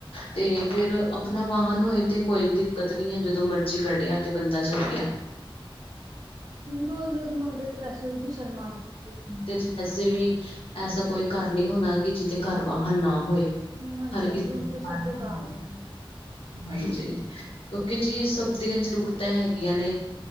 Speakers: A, on the left; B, on the right.
A: ਤੇ ਫਿਰ ਆਪਣਾ ਵਾਹਨ ਹੋਏ ਤੇ ਕੋਈ ਵੀ ਦਿੱਕਤ ਨੀ ਹੈ ਜਦੋਂ ਮਰਜ਼ੀ ਕੱਢਿਆ ਤੇ ਬੰਦਾ ਚੱਲ ਗਿਆ।
B: ਰੋਜ਼-ਰੋਜ਼ ਮੰਗਦੇ ਤੇ ਵੈਸੇ ਵੀ ਜੀ ਸ਼ਰਮਾ ਆ ਜਾਏ।
A: ਤੇ ਵੈਸੇ ਵੀ ਐਸਾ ਕੋਈ ਘਰ ਨਹੀਂ ਹੋਣਾ ਕਿ ਜਿੱਦੇ ਘਰ ਵਾਹਨ ਨਾ ਹੋਏ।
B: ਨਹੀਂ ਹਾਂਜੀ
A: ਹਰ
B: ਹਾਂਜੀ
A: ਕਿਸਮ
B: ਹੁਣ ਤੇ ਸਭ ਦੇ ਘਰ
A: ਦੀ।
B: ਹੈ ਹਾਂਜੀ।
A: ਹਾਂਜੀ, ਕਿਉਂਕਿ ਜੀ
B: ਹਾਂਜੀ
A: ਸਬਦੀਆਂ ਜ਼ਰੂਰਤ ਤਾਂ ਹੈਗੀਆਂ ਨੇ,